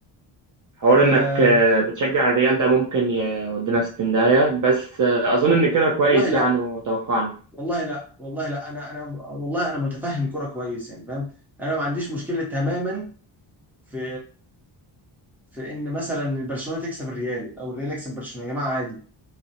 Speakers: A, on the right; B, in the centre.
A: حوار
B: أم
A: انك آه بتشجع الريال ده ممكن يودينا في 60 داهية بس آه اظن
B: وال
A: ان كده كويس
B: والله لا
A: يعني وتوقعنا
B: والله لا والله لا انا انا والله انا متفهم كرة كويس يعني فاهم انا ما عنديش مشكله تماما في في ان مثلا برشلونه تكسب الريال او الريال يكسب برشلونه يا جماعه عادي